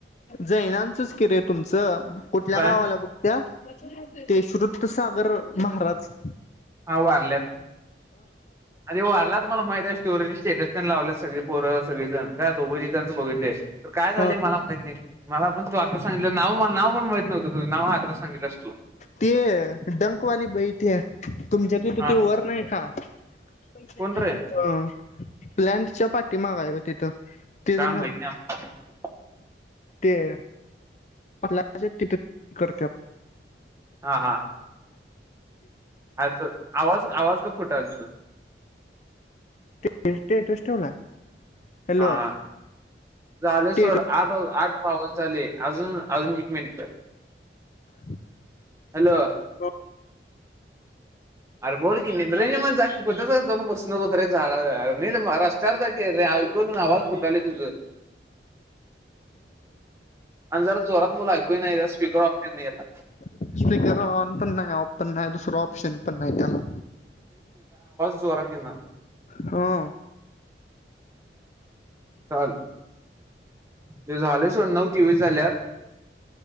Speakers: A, on the left (about 40°); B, on the right (about 15°).
A: जैनांचंच किरे तुमचं. कुठल्या
B: काय
A: गावाला बघत्या? ते सुरू त सागर महाराज.
B: हा वारल्यात आनी वारलात. मला माहित आहे स्टोररीज स्टेटस लावल्यात सगळी पोरं सगळेजण. त्या दोघ <unintelligible> ह्यांच बघितले. तर काय झाली
A: ह
B: मला माहत नाही. मला पण तू आत्ता सांगितलं नाव मल नाव पण माहित नवतं तु नाव आता सांगितलं अस तू.
A: ते डंकवाली बाई ते. तुमच्या तिथ
B: हा
A: ती वर नाही का ह.
B: कोण रे
A: प्लँन्टच्या पाठी मागाय ब तिथं. तेच
B: का
A: ना
B: माहित नाय आपल्याला.
A: ते <unintelligible> तिथे करत्यात.
B: हा हा. आज आवाज आवाज का फुटाल त.
A: <unintelligible> स्टेटस ठेवलाय हॅलो.
B: हा हा झाले
A: स्टेटस
B: सोड आठ आठ बावन झाले अजून अजून एक मिनंट.
A: <inaudible>
B: हॅलो.
A: हो.
B: अरे बोल की निट रईमत जा की कुटतर जाउन बसु नकोस रे झाडा अं आं नी रस्त्यावर जा की रे ऐकू येत नाय आवाज फुटालाय तुझं <unintelligible> आणि जरा जोरात बोल ऐकू नाहीय स्पीकर ऑफ केलाय आता.
A: स्पीकर ऑन पण नाही ऑफ पण नाही दुसरं ऑप्शन पण नाही त्याला
B: चोरा की ना
A: हो
B: चाल ते झाले सोड नऊ तेवीस झाल्यात